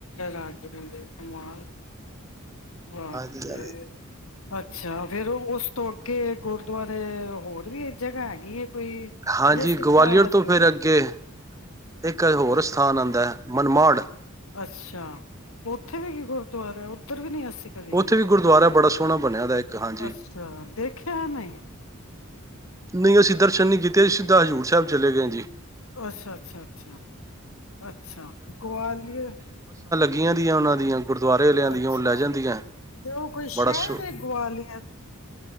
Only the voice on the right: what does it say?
ਹਾਂ ਕੀ ਗੱਲ
ਹੈ <unintelligible>
ਹਾਂਜੀ
ਗਵਾਲੀਅਰ
ਤੋਂ ਫਿਰ ਅੱਗੇ ਇੱਕ ਹੋਰ ਸਥਾਨ ਆਉਂਦਾ ਹੈ ਮਨਮਾੜ।
ਉੱਥੇ
ਵੀ ਗੁਰਦੁਆਰਾ ਬੜਾ ਸੋਹਣਾ ਬਣਿਆ ਦਾ ਇੱਕ ਹਾਂਜੀ।
ਨਹੀਂ ਅਸੀਂ ਦਰਸ਼ਨ ਨੀ ਕੀਤੇ ਸਿੱਧਾ ਹਜ਼ੂਰ ਸਾਹਿਬ ਚਲੇ ਗਏ ਜੀ।
ਗੀਆਂ ਦੀਆਂ ਉਹਨਾਂ ਦੀਆਂ ਗੁਰਦੁਆਰੇ ਵਾਲਿਆਂ ਦੀਆਂ
ਉਹ ਲੈ ਜਾਂਦੀਆਂ।
ਬੜਾ
ਸੋ